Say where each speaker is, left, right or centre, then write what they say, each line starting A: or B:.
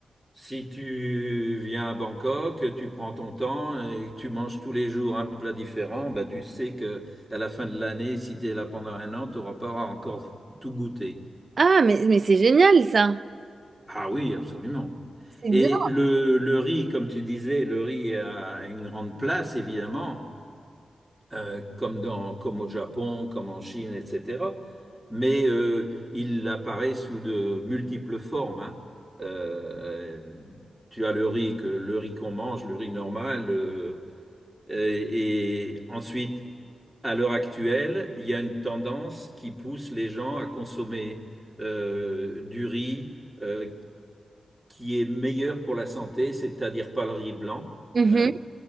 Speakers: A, in the centre; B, on the right (about 45°).
A: si tu viens à Bangkok, tu prends ton temps et tu manges tous les jours un plat différent, bah tu sais que à la fin de l'année, si tu es là pendant un an, tu n'auras pas encore tout goûté.
B: ah mais, mais c'est génial ça.
A: Ah oui, absolument.
B: C'est
A: Et
B: bien.
A: le, le riz, comme tu disais, le riz a une grande place, évidemment. euh, comme dans, comme au Japon, comme en Chine, etc. Mais euh, il apparaît sous de multiples formes. hein. Euh, tu as le riz que le riz qu'on mange, le riz normal, euh, et, et ensuite, à l'heure actuelle, il y a une tendance qui pousse les gens à consommer euh, du riz euh, qui est meilleur pour la santé, c'est-à-dire pas le riz blanc.
B: Mhm.
A: hein